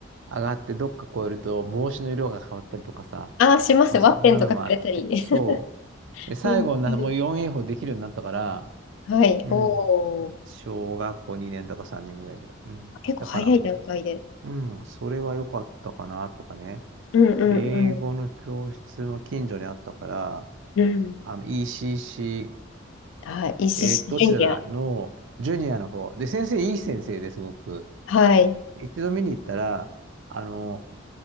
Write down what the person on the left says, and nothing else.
ああ、します。
ワッペンとかくれたり。
<laughs>
うんうん。
はい。
おお。
結構早い段階で。
うんうん
うん。うん。
はい。石師ジュニア。
はい。